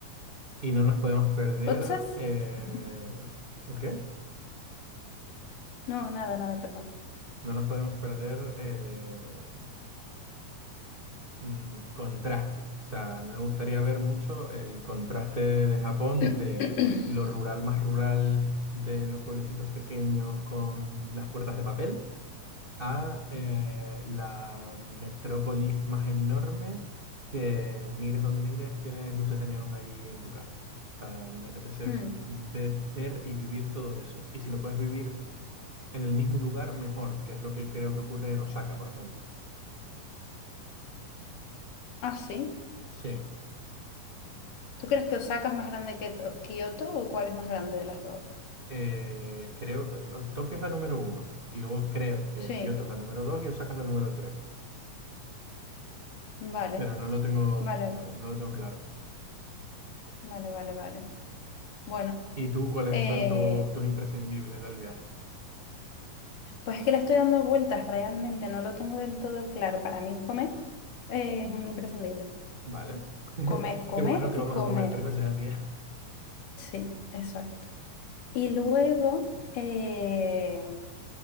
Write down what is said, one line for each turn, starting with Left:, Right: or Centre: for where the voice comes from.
Right: Y no nos podemos perder,
Left: ¿Potsas?
Right: eh,
Left: <laughs>
Right: ¿el qué?
Left: No, nada, nada, perdón.
Right: No nos podemos perder eh, mm, contraste. O sea, a mí me gustaría ver mucho el contraste de Japón
Left: <clears throat>
Right: de lo rural más rural, de los pueblecitos pequeños con las puertas de papel a eh, la metrópolis más enorme que mires donde mires, tienes luces de neón ahí en tu cara. O sea, me apetece
Left: Mm.
Right: ve- ver y vivir todo eso. Y si lo puedes vivir en el mismo lugar, mejor, que es lo que creo que ocurre en Osaka, por ejemplo.
Left: Ah, sí.
Right: Sí,
Left: ¿Tú crees que Osaka es más grande que To- Kioto o cuál es más grande de las dos?
Right: eh, creo, Tokio es la número uno y luego creo que
Left: Sí,
Right: Kioto es la número dos y Osaka es la número tres,
Left: vale,
Right: pero no lo tengo,
Left: vale,
Right: no, no lo tengo claro.
Left: vale, vale, vale. Bueno,
Right: ¿Y tú cuáles
Left: eh,
Right: son tus, tus imprescindibles del viaje?
Left: pues es que le estoy dando vueltas realmente, no lo tengo del todo claro. Para mí comer eh, es un imprescindible.
Right: Vale. <laughs>
Left: Comer, comer
Right: Qué bueno que
Left: y
Right: vamos
Left: comer.
Right: a comer tres veces al día.
Left: Sí, exacto. Y luego eh,